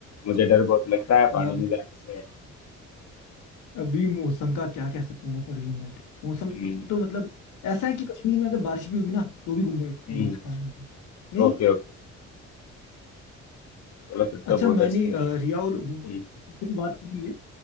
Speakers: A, on the left (about 60°); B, on the left (about 80°).
A: मुझे डर बहुत लगता है
B: है
A: पहाड़ों में जाने से
B: अभी मौसम का क्या कह सकता हूँ मैं परवीन भाई मौसम
A: हम्म,
B: तो मतलब ऐसा है कि कश्मीर में अगर बारिश भी होगी ना तो भी घूमने में
A: हम्म,
B: मजा आएगा नहीं
A: ओके ओके चलो फिर
B: अच्छा
A: तो बहुत
B: मैंने
A: अच्छा रहेगा
B: अ, रिया और अम,
A: हम्म,
B: से तो बात कर ली है